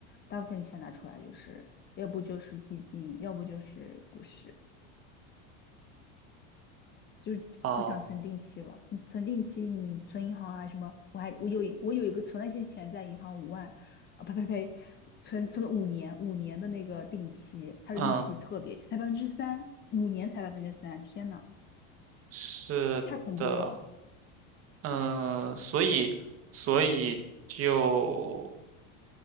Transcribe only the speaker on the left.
大部分钱拿出来，就是要不就是基金，要不就是股市，就是不想存定期了。
你存定期，你存银行啊什么，我还我有一我有一个存了一些钱在银行五万，啊呸呸呸，存存了五年五年的那个定期，它的利息特别才百分之三，
五年才百分之三，天呐，
太恐怖了。